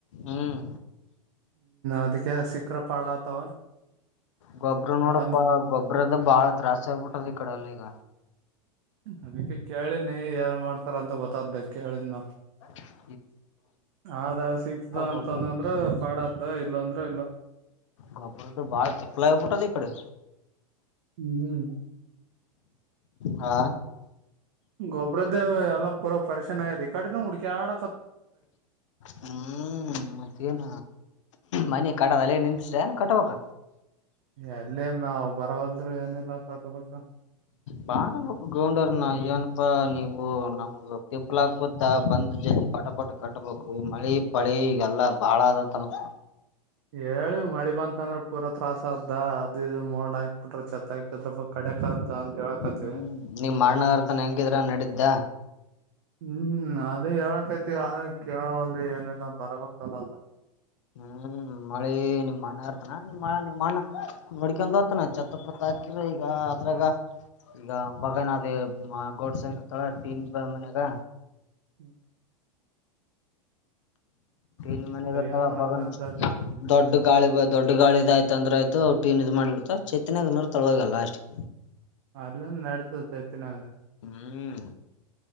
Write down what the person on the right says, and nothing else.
ಅದಕ್ಕೆ ಸಿಕ್ಕರ ಪಾಡ ಆತವ
ನೋಡಮ್
ಅದಕ್ಕೆ ಕೇಳಿನಿ ಏನ ಮಾಡ್ತಾರ ಅಂತ ಗೊತ್ತಾದ್ದ ಕೇಳಿದ್ ಮ್ಯಾಲ
ಆದ ಸಿಗ್ತದ ಅಂತಂದಂದ್ರ
ಪಾಡತದ್ದ ಇಲ್ಲ ಅಂದ್ರ ಇಲ್ಲ
ಹ್ಮ್
ಗೊಬ್ರದ್ ಎಲ್ಲ ಪೂರ ಪರಿಶನ್ ಆಗ್ಯದ ಈ ಕಡಿನು ಹುಡುಕ್ಯಾಡ
ಎಲ್ಲಿಂದ ನಾವ ಅಂದ್ರ ಏನಲ್ಲಾ ಕಟ್ ಬೇಕ್
ಹೇಳಿವ ಮಳಿ ಬಂತ ಅಂದ್ರ ಪೂರಾ ತ್ರಾಸ ಆತದ್ದ ಅದು ಇದು ಮೋಲಡ ಹಾಕ್ ಬಿಟ್ರ ಚತ್ ಆಗ್ ಸ್ವಲ್ಪ‌ ಕಡೆಕಂತ ಅಂತ ಹೇಳಕತ್ವಿ
ಹ್ಮ್ ಅದೇ ಹೇಳಕತ್ತೀವಿ ಆದ ಕೇಳವಲ್ದು ಏನಿಲ್ಲಾ ಬರಬೇಕಲ್ಲ ಅದು
ಹ್ಮ್
ಏನ್
ಮಾಡಕದ
ಅಲ್ಲಿ
ಅಲ್ಲಿಂದ ನಡ್ತಿತಿದ ಚೇತಿನಾಗ